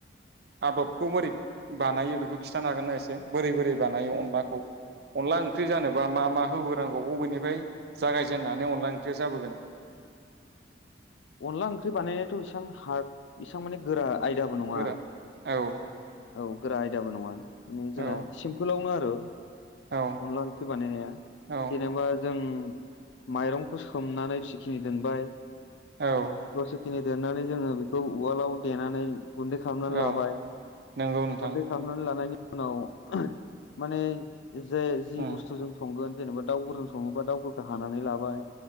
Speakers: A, on the right; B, on the left.
A: आदबखौ बोरै बानायो बेखौ खिन्थानो हागोन ना एसे बोरै बोरै बानायो अनलाखौ अनला ओंख्रि जानोबा मा मा होबोनांगौ अबेनिफ्राय जागायजेननानै अनला ओंख्रिया जाबोगोन?
B: अनला ओंख्रि बानायनायाथ' बेसेबां हार्द बेसबां माने गोरा आयदाबो नङा
A: गोरा औ
B: औ गोरा आयदाबो नङा। नों जोंना
A: औ
B: सिम्पोलावनो आरो <inaudible>
A: औ
B: अनला ओंख्रि बानायनाया
A: औ
B: जेनेबा जों माइरंखौ सोमनानै बेखिनि दोनबाय
A: औ
B: दसेखिनि दनानैनानै जोङो बेखौ उवालाव देनानै गुन्दै खालामनानै
A: औ
B: लाबाय
A: नंगौ नोंथां
B: गुन्दै खालामनानै लानायनि उनाव माने जे जि
A: उम
B: बुस्थुजों संगोन जेनेबा दाावउफोरजों सङोबा दाउफोरखौ हानानै लाबाय